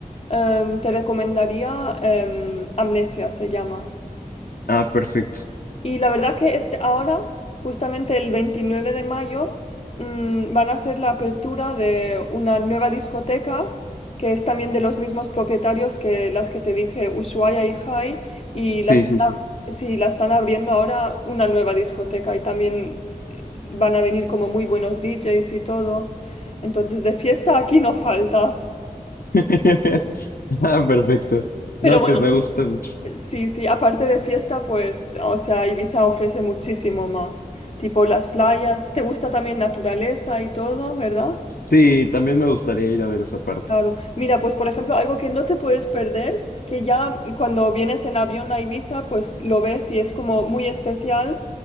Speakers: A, on the left (about 45°); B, on the left (about 80°).
A: Em, te recomendaría em, Amnesia, se llama.
B: Ah, perfecto.
A: Y la verdad que este, ahora, justamente el 29 de mayo, mm, van a hacer la apertura de una nueva discoteca que es también de los mismos propietarios que las que te dije, Ushuaia y Jai, y
B: Sí,
A: la están,
B: sí, sí.
A: ab- sí, la están abriendo ahora una nueva discoteca y también eh, van a venir como muy buenos DJs y todo. Entonces, de fiesta aquí no falta.
B: <laughs> Ah, perfecto.
A: Pero
B: No,
A: bueno,
B: pues me gusta mucho.
A: Sí, sí, aparte de fiesta, pues, o sea, Ibiza ofrece muchísimo más. Tipo las playas, te gusta también naturaleza y todo, ¿verdad?
B: Sí, también me gustaría ir a ver esa parte.
A: Claro. Mira, pues por ejemplo, algo que no te puedes perder, que ya cuando vienes en avión a Ibiza, pues lo ves y es como muy especial,